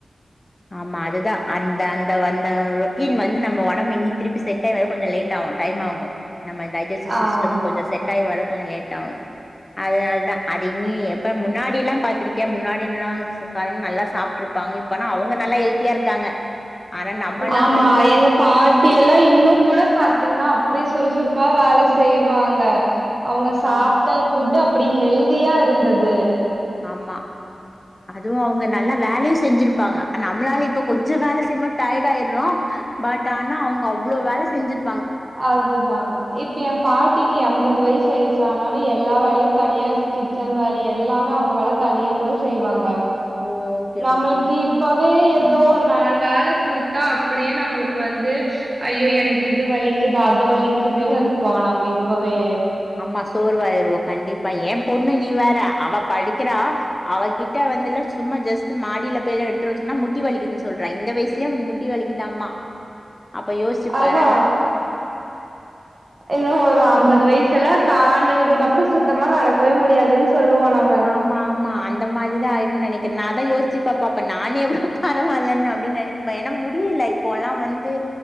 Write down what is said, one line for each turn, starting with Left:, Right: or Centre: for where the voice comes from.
Left: ஆமா அதுதா அந்த அந்த அந்த ரொட்டீன் வந்து நம்ம ஒடம்பு இன்னிக் திருப்பி செட்டாக கொஞ்ச லேட் ஆவு டைம் ஆகு நம்ம இந்த டைஜசிஸ்
Right: ஆமா
Left: சிஸ்டம் கொஞ்ச செட் டாயி வர கொஞ்ச லேட் ஆகு அதனால் தா அது இனி இப்ப முன்னாடி எல்லா பாத்திருக்கியா முன்னாடில்லா கால்ல நல்லா சாப்ட்ருப்பாங்க இப்ப அவுங்க நல்லா ஹெல்த்தியா இருக்காங்க ஆனா நம்மல்லா
Right: ஆமா
Left: வந்து
Right: எங்க பாட்டி எல்லா இன்னு கூட பாத்தீங்னா அப்டியே சுறு சுறுப்பா வேல செய்வாங்க அவுங்க சாப்ட்ட
Left: ஆ
Right: ஃபுட் அப்டி ஹெல்தியா இருந்தது
Left: ஆமா அதுவு அவுங்க நல்லா வேலையு செஞ்சிருப்பாங்க அ நம்ளாலே இப்ப கொஞ்ச வேல செய்மா டயட் ஆய்ர்றோ பட் ஆனா அவுங்க அவ்ளோ வேல செஞ்சிரு
Right: அதுதா இப்ப எ பாட்டிக்கு எம்பது வயசு ஆய்டுச்சு ஆனாலு எல்லா வேலயு தனியா கி ச்சன் வேல எல்லாமே அவுங்க வேல தனியா கூட செய்வாங்க
Left: ஓ ஓகே
Right: நம்மளுக்கி
Left: ஓகேடா
Right: இப்பவே ஏதோ ஒரு நாலு வேல குடுத்தா அப்டியே நம்மளுக் வந்து ஐயோ எனக்கு இது வலிக்குது அது வலிக்குதுன்னு இருக்கோ நம்ம இப்பவே
Left: ஆமா சோர்வாயிருவோ கண்டிப்பா எ பொண்ணு நீ வேற அவ படிக்கிறா அவ கிட்ட வந்துல்லா சும்மா ஜஸ் மாடியில போய் எதா எடுத்து வர சொன்னா முட்டி வலிக்குதுன சொல்றா இந்த வயசுலேயே அவளுக்கு முட்டி வலிக்குதாமா அப்ப யோச்சிப் பாறே
Right: அதா இன்னு ஒரு ஐம்பது வயசு எல்லா தாண்டனதுக்கு அப்றோ சுத்தமா நடக்கவே முடியாதுன் சொல்லுவோ நம்
Left: ஆமா ஆமா அன் இந்த மாரி தா ஆயுரு நெனைக்கிற நா அதா யோச்சி பாப்ப அப்ப நான் எவ்ளோ பராவாலன் அப்டின் நெனைப் இப்ப ஏனா முடியில இப்போ எல்லா வந்து